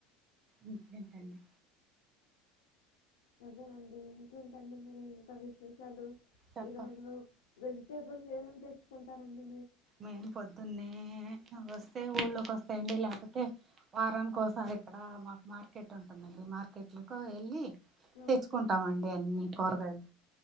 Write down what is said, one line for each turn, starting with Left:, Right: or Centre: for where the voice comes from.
Right: ఇంకేంటండి
Left: అదేనండి ఇంకేంటండి మీరి ఇంకా విశేషాలు
Right: చెప్ప
Left: ఈ రోజు వెజిటబుల్స్ ఏమేమ్ తెచ్చుకుంటారంండి
Right: మేము పొద్దున్నే వస్ టే ఊళ్ళోకి వస్తాయండి లేకపోతే వారానినికిసారి ఇక్కడ మాకు మార్కెట్ ఉంటుందండి మార్కెట్ లోకి వెళ్ళి
Left: ఆ!
Right: తెచ్చుకుంటామండి అన్ని కూరగాయలు